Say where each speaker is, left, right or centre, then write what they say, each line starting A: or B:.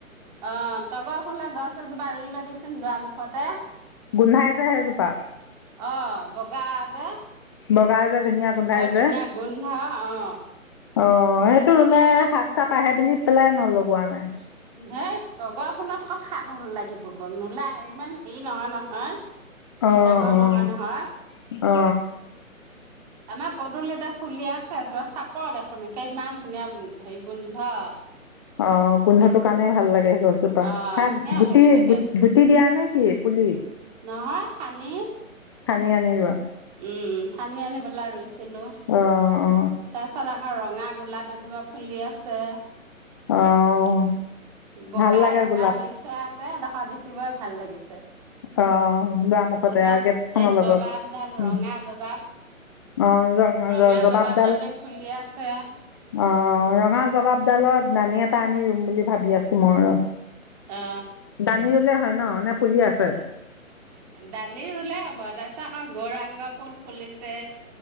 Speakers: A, on the right (about 30°); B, on the left (about 20°).
A: অ, তগৰ ফুলৰ গছ এজোপা ৰুই ল'বিচোন দুৱাৰ মুখতে।
B: গোন্ধাই যে সেইজোপা।
A: অ বগা যে
B: বগা যে ধুনীয়া গোন্ধাই
A: বৰ
B: যে,
A: ধুনীয়া গোন্ধ অ
B: অ সেইটো
A: এতিয়া
B: ৰুলে
A: যে
B: সাত সাপ আহে বুলি পেলাই নলগোৱা নাই।
A: সেই তগৰ ফুলত ক'ত সাপ লাগিব ক নোলাই ইমান হেৰি নহয় নহয়।
B: অ'
A: ডাঙৰ
B: অ'
A: নহয় নহয়।
B: অ
A: আমাৰ পদূলিতে ফুলিয়ে আছে তোমাৰ চাপত দেখোন লোকে ইমান ধুনীয়া হেৰি গোন্ধ।
B: অ গোন্ধটো কাৰনে ভাল লাগে সেইগছ তাপা
A: অ
B: সেয়াত
A: ধুনীয়া
B: গুটি
A: লাগি থাকে
B: গুটি দিয়া নেকি পুলি
A: নহয় ঠানি
B: কানি আনি ৰোৱা।
A: উম ঠানি আনি পেলাই ৰুইছিলোঁ,
B: অ' অ'
A: তাৰপিছত আ ৰঙা গোলাপ এজোপা ফুলি আছে।
B: অ
A: বগা
B: ভাল লাগে
A: ৰঙা
B: গোলাপ
A: মিচ হৈ আছে এইদখ দেখিবই ভাল লাগিছে। তাৰপিছত
B: অ' দুৱাৰমুখতে আৰু গেটখনৰ
A: এই
B: লগত
A: জবাবডাল
B: উম
A: ৰঙা জবাব।
B: অ
A: ৰঙা
B: জবাবডাল।
A: জবাবডালো ফুলি আছে
B: অ ৰঙা জবাবডালত ঠানি এটা আনি ৰুম বুলি ভাবি আছো মই ৰ।
A: অ
B: দানি ৰুলে হয় ন নে পুলি আছে।
A: ডালি ৰুলে হ'ব তাৰপিছত আকৌ গৌৰাংগ ফুল ফুলিছে।